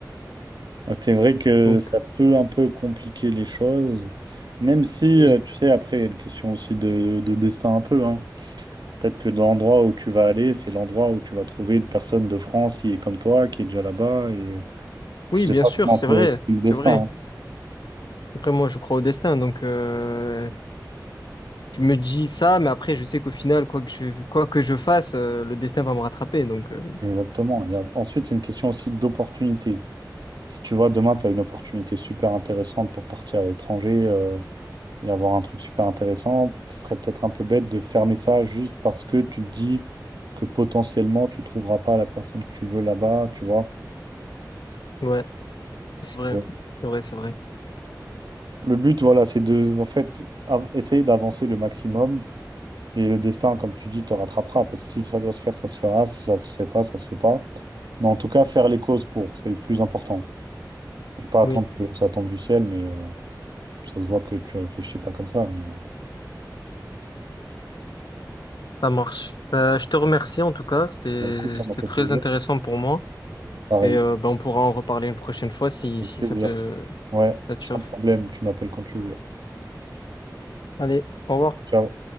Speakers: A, on the right; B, on the left.
A: Ah, C'est vrai que
B: Donc,
A: ça
B: euh,
A: peut un peu compliquer les choses, même si,
B: oui.
A: euh, tu sais, après, il y a une question aussi de, de destin un peu, hein. Peut-être que dans l'endroit où tu vas aller, c'est l'endroit où tu vas trouver une personne de France qui est comme toi, qui est déjà là-bas. et.
B: Oui,
A: Je sais
B: bien
A: pas
B: sûr,
A: comment
B: c'est vrai,
A: on peut être le
B: c'est
A: destin.
B: vrai.
A: hein.
B: Après, moi, je crois au destin, donc euh, je me dis ça, mais après, je sais qu'au final, quoi que je, quoi que je fasse, euh, le destin va me rattraper. Donc, euh,
A: Exactement. Il y a... Ensuite, c'est une question aussi d'opportunité. Si tu vois, demain, tu as une opportunité super intéressante pour partir à l'étranger euh, et avoir un truc super intéressant, ce serait peut-être un peu bête de fermer ça juste parce que tu te dis que potentiellement, tu trouveras pas la personne que tu veux là-bas, tu vois.
B: ouais, c'est vrai,
A: Euh,
B: c'est vrai, c'est vrai.
A: Le but, voilà, c'est de, en fait, av- essayer d'avancer le maximum. Et le destin, comme tu dis, te rattrapera. Parce que si ça doit se faire, ça se fera. Si ça se fait pas, ça se fait pas. Mais en tout cas, faire les causes pour, c'est le plus important. Et pas
B: Oui,
A: attendre que ça tombe du ciel, mais euh, ça se voit que tu réfléchis pas comme ça. Mais euh,
B: ça marche. Euh, je te remercie en tout cas, c'était,
A: bah, écoute, ça
B: c'était
A: m'a fait
B: très
A: plaisir.
B: intéressant pour moi.
A: Pareil,
B: Et euh, ben, on pourra en reparler une prochaine fois si,
A: avec
B: si
A: plaisir.
B: ça te,
A: Ouais,
B: ça te
A: sans
B: chauffe.
A: problème, tu m'appelles quand tu veux.
B: Allez, au revoir.
A: Ciao.